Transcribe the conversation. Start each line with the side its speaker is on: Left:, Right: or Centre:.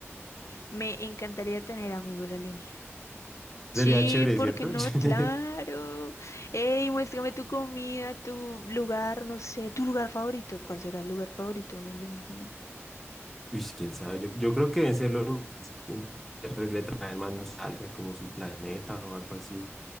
Left: me encantaría tener amigos alienígenas.
Centre: Sería
Left: Sí,
Centre: chévere,
Left: ¿por
Centre: ¿cierto?
Left: qué no? Claro.
Centre: <laughs>
Left: Ey, muéstrame tu comida, tu lugar, no sé, tu lugar favorito. ¿Cuál será el lugar favorito de un alienígena?
Centre: Uish, quién sabe. Yo, yo creo que deben ser los lugares que que le traen más nostalgia, como su planeta o algo así.